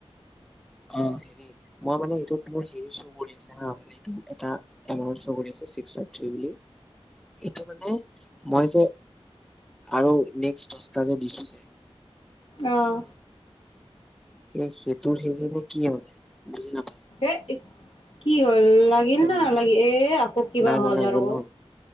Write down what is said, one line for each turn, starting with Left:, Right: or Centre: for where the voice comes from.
Centre: অ হেৰি মই মানে ইউটিউবত মোৰ হেৰি চউ কৰি আছে এইটো এটা এমাউণ্ট চউ কৰি আছে ছিক্স ফাইভ থ্ৰী বুলি সেইটো মানে মই যে আৰু নেক্সট দহটা যে দিছিলো যে
Left: অহ
Centre: সেই সেইটোৰ সেইখিনি কি মানে বুজি নাপ
Left: এ কি হয় লাগিল নে নালাগিল
Centre: নাই
Left: এ আকৌ কিবা
Centre: নাই
Left: হ'ল
Centre: নাই নাই
Left: আৰু
Centre: গ'ল নহ'ল